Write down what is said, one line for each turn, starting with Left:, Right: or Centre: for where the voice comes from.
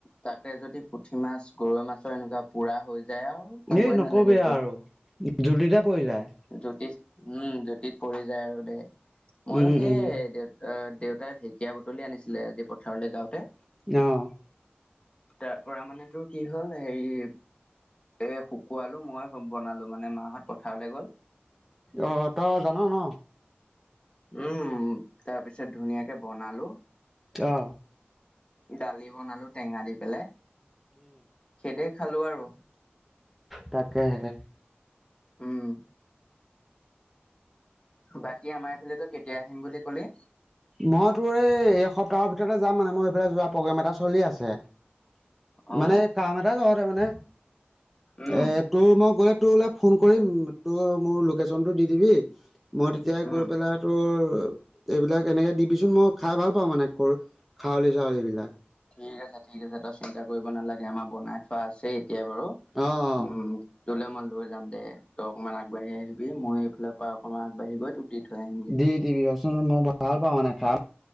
Left: তাতে যদি পুঠি মাছ গৰৈ মাছৰ এনেকুৱা পোৰা হৈ য যায় আৰু ক'বই
Centre: এই নকবি
Left: নালাগে তোৰ।
Centre: আৰু জুতিতে পৰি যায়।
Left: জুতিত উম জুতিত পৰি যায় আৰু দে, ময়ো
Centre: উম
Left: সেই
Centre: উম
Left: দেউ দেউতাই ঢেকীয়া বু বুতলি আনিছিলে আজি পথাৰলৈ যাওঁতে।
Centre: অ'।
Left: তাৰ পৰা মানে তোৰ কি হ'ল হেৰি এ শুকুৱাল মই বনালো মানে মাহত পথাৰলৈ গ'ল
Centre: অ তই জান ন
Left: উম তাৰ পিছত ধুনীয়াকে বনালো।
Centre: অ
Left: দালি বনালো টেঙা দি পেলাই সে দে খালো আৰু।
Centre: তাকেহে।
Left: উম। বাকী আমাৰ এইফালে তই কেতিয়া আহিম বুলি ক'লি?
Centre: মই তোৰ এই এই সপ্তাহৰ ভিতৰতে যাম মানে মই এইফালে যোৱা প্ৰগ্ৰাম এটা চলি আছে।
Left: অ',
Centre: মানে কাম এটা জহতে মানে।
Left: উম।
Centre: এ তোৰ, মই গলে তোৰলে ফোন কৰিম তোৰ মোৰ লোকেশনটো দি দিবি। মই তেতিয়া
Left: উম।
Centre: গৈ পেলাই তোৰ এইবিলাক তেনেকে দিবিচোন মই খাই ভাল পাওঁ মানে খাউলি চাউলী বিলাক
Left: ঠিক আছে ঠিক আছে তই চিন্তা কৰিব নালাগে আমাৰ বনাই থোৱা আছেই। এয়াই বাৰু
Centre: অ অ
Left: উম। তোলে মই লৈ যাম দে, তই অকনমান আগবাঢ়ি আহিবি মই এইফালৰ পৰা অকনমান আগবাঢ়ি গৈ তোক দি থৈ আহিমগে।
Centre: দি দিবি অচোন মই ভাল পাওঁ মানে খাম